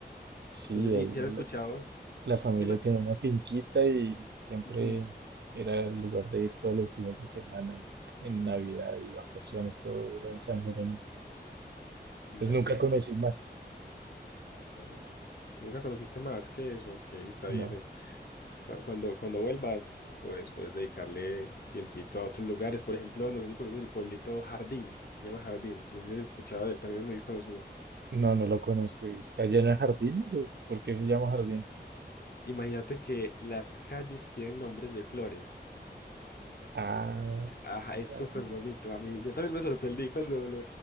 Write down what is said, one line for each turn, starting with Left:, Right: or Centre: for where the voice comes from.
Right: Sí,
Left: No sé si,
Right: ahí
Left: si has
Right: la,
Left: escuchado,
Right: la familia
Left: dime.
Right: tenía una finquita y siempre
Left: Ujú.
Right: era el lugar de ir todos los fines de semana y en Navidad y vacaciones, todo era en San Jerónimo.
Left: Ve,
Right: Entonces nunca
Left: ok,
Right: conocí
Left: qué
Right: más,
Left: Bueno, ya. Nunca conociste más que eso, ok, está
Right: no.
Left: bien. Es, cu- cuando, cuando vuelvas, pues puedes dedicarle tiempito a otros lugares. Por ejemplo, no sé si conoces el pueblito Jardín, se llama Jardín, no sé si has escuchado de él, también es muy conocido.
Right: No, no lo conozco. ¿Y ¿Está lleno de jardines o por qué se llama jardín?
Left: Imagínate que las calles tienen nombres de flores.
Right: Ah,
Left: Ajá, es
Right: caramba.
Left: súper bonito. A mí, yo también me sorprendí cuando lo,